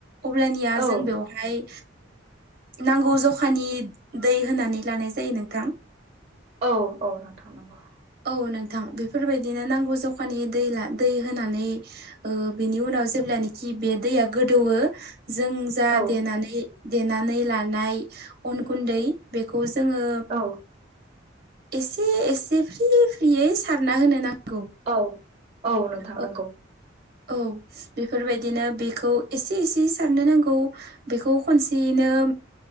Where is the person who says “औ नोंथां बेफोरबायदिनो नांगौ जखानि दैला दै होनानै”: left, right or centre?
Right